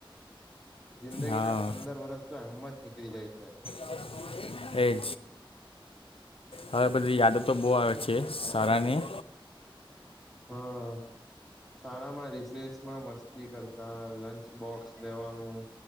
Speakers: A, in the centre; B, on the left.
A: જિંદગીના
B: હા
A: પંદર વરષ તો એમ જ નીકળી જાય છે.
B: <inaudible> એજ. હવે બધી યાદ તો બો આવે છે શાળાની
A: હા શાળામાં રિસેસમાં મસ્તી કરતા લંચ બોક્સ દેવાનું